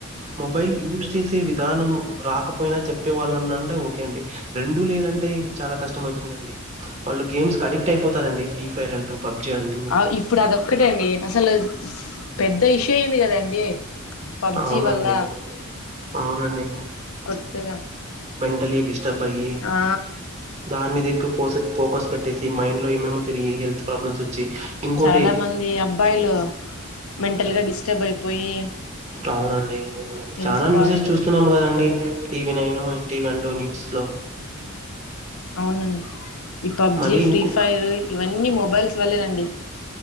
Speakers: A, on the right; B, on the left.
A: మొబైల్ యూస్ చేసే విధానం రాకపోయినా చెప్పే వాళ్ళు ఉన్నంటే ఓకే అండి రెండూ లేదంటే చాలా కష్టం అయితుందండి వాళ్ళు గేమ్స్ అడిక్ట్ అయిపోతారండి ఫ్రీ ఫైర్ అంటూ పబ్‌జీ అంటూ.
B: ఆ ఇప్పుడు అదొక్కటండి అసలు పెద్ ఇష్యూ అయింది కదండి పబ్జి
A: అవునండి.
B: వల్ల
A: అవునండి.
B: కొత్తగా
A: గల్లిడీష్ ద బయ్యే
B: ఆ
A: దానిమీద ఏక్ ఫోస్ ఫోకస్ పెట్టేసి మైండ్ లో ఏమేమో తిరిగి హెల్త్ ప్రాబ్లమ్స్ వచ్చి ఇంకోటి
B: చాలా మంది అబ్బాయిలు మెంటల్
A: హ్మ్.
B: గ డిస్ సబ్ అయిపోయి
A: అవునండి
B: హెల్త్
A: చాలా న్యూసెస్
B: పాడైపోయి
A: చూస్తున్నాము కదండి టీవీ నైను న్టీవంటూ న్యూస్లో
B: ఔనండి ఈ పబ్జి
A: మరి
B: ఫ్రీ
A: ఇంక్
B: ఫైర్ ఇవన్నీ మొబైల్స్ వల్లేనండి